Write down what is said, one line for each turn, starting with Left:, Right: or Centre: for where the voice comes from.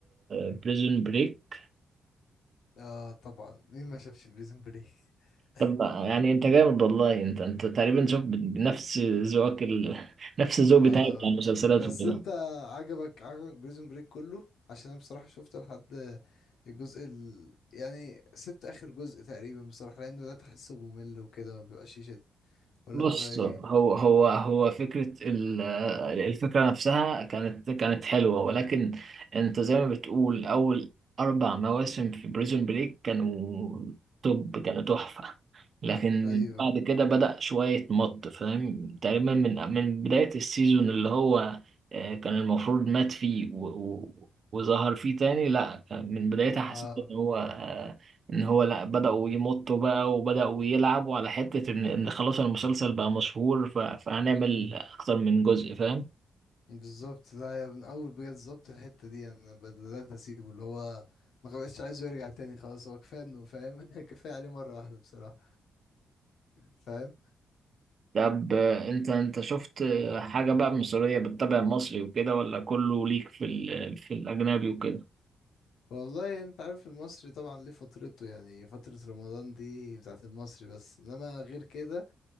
Right: بريزون بريك
Left: اه طبعا مين ما شافش بريزون بريك <laughs>
Right: طب آه، يعني أنت جامد والله أنت أنت تقريبا شفت نفس ذوقك ال... <laughs> نفس الذوق بتاعي
Left: اه
Right: بتاع المسلسلات
Left: بس
Right: وكده
Left: انت عجبك عجبك بريزون بريك كله عشان انا بصراحة شفت لحد الجزء ال... يعني سبت اخر جزء تقريبا بصراحة لانه ده تحسه ممل وكده ما بيبقاش يشد ولا
Right: بص
Left: انت رايك
Right: هو
Left: ايه
Right: هو هو فكرة ال- الفكرة نفسها كانت كانت حلوة ولكن انت زي ما بتقول أول أربع مواسم في بريزون بريك كانوا توب كانوا تحفة لكن
Left: ايوه
Right: بعد كده بدأ شوية مط فاهم تقريبا من من بداية السيزون اللي هو آه، كان المفروض مات فيه و- و- وظهر فيه تاني لا من بدايتها حسيت
Left: اه
Right: إن هو آه، ان هو لا بدأوا يمطوا بقى وبدأوا يلعبوا على حتة ان ان خلاص المسلسل بقى مشهور ف... فهنعمل اكتر من جزء فاهم
Left: بالظبط ده يا من اول بجد بالظبط الحتة دي يعني انا بدأت اسيبه اللي هو ما بقتش عايزه يرجع تاني خلاص هو كفاية انه فاهم <laughs> كفاية عليه مرة واحدة بصراحة فاهم
Right: طب آه، انت انت شفت آه، حاجة بقى مصرية بتتابع مصري وكده ولا كله ليك في ال... في الأجنبي وكده
Left: والله انت عارف المصري طبعا ليه فترته يعني فترة رمضان دي بتاعت المصري بس انما غير كده